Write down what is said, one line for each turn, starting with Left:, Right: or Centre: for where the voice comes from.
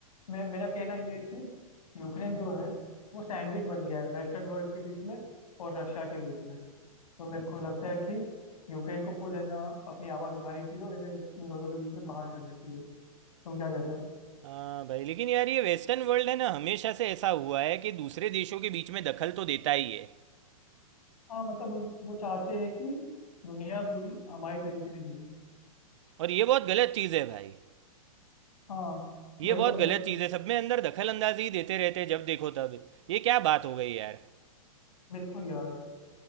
Left: मैं मेरा कहना ये है कि यूक्रेन जो है वो सैंडविच बन गया है वेस्टर्न वर्ल्ड के बीच में और रशिया के बीच में तो मेरे को लगता है कि यूक्रेन को खुद है ना अपनी आवाज़ उठानी चाहिए और इन्हें इन दोनों के बीच में बाहर जाना चाहिए तुम क्या कहते हो
Right: हाँ भाई लेकिन यार ये वेस्टर्न वर्ल्ड है ना हमेशा से ऐसा हुआ है कि दूसरे देशों के बीच में दखल तो देता ही है
Left: हाँ मतलब उन वो चाहते हैं कि दुनिया पूरी हमारे तरीके से जिए
Right: और ये बहुत गलत चीज़ है भाई
Left: हाँ
Right: ये
Left: वही
Right: बहुत
Left: तो मतलब
Right: गलत चीज़ है सब में अंदर दखल अंदाजी ही देते रहते हैं जब देखो तब ये क्या बात हो गई यार
Left: बिल्कुल यार